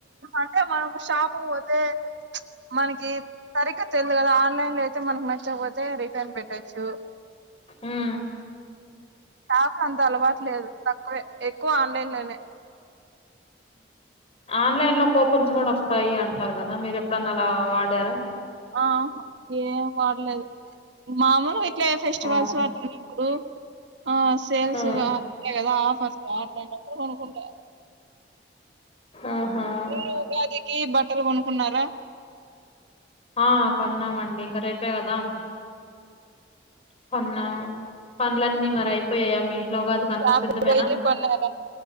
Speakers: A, on the right; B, on the left.
A: అంటే మన షాప్ పోతే మనకి సరిగగా తెలిదు కదా ఆన్లైన్ లో అయితే మనకు నచ్చ ఇచ్చిపోతే రిటర్న్ పెట్టచ్చు
B: ఉమ్
A: నాకు అంత అలవాటు లేదు తక్కువే ఎక్కువ ఆన్లైన్ లోనే
B: ఆన్లైన్ లో కూపన్స్ కూడా వస్తాయి అంటారు కదా మీరు ఎప్పుడన్నా అలా వాడారా
A: ఆ ఏం వాడలేదు మామూలు ఇంట్లో ఫెస్టివల్స్
B: ఆ
A: వాటి ఇప్పుడు ఆ సేల్స్గా
B: ఆ
A: ఉంటాయి కదా ఆఫర్స్ అట్లాంటిప్పుడు కొనుకుంట
B: ఆహా
A: మీరు ఉగాదికి బట్టలు కొనుకున్నారా
B: ఆ కొన్నామండి ఇంకా రేపే కదా కొన్నా పనులన్నీ మరి అయిపోయాయా మీ ఇంట్లో ఉగాదికి అంతా
A: సప
B: సిద్ధమేనా
A: వెయ పన్నార